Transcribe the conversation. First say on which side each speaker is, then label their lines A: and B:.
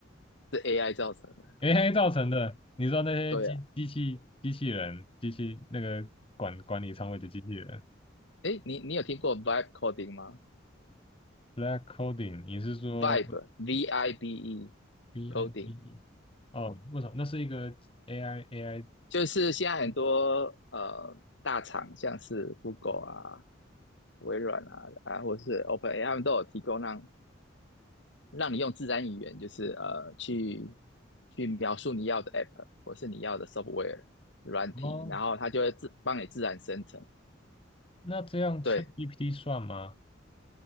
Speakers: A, on the left; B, on the left.
A: 的，是 AI 造成的。
B: AI 造成的，你知道那些机机器机器人、
A: 对啊，
B: 机器那个管管理仓位的机器人
A: 诶，你你有听过 vibe coding 吗
B: ，Black Coding，你是说
A: ？vibe V I B E
B: B
A: coding
B: I B E？哦，为什么？那是一个 AI AI
A: 就是现在很多呃大厂，像是 Google 啊、微软啊啊，或是 OpenAI，他们都有提供让让你用自然语言，就是呃去去描述你要的 app 或是你要的 software 软体，
B: 哦，
A: 然后它就会自帮你自然生成。
B: 那这样
A: 对，
B: c h e c k g p t 算吗？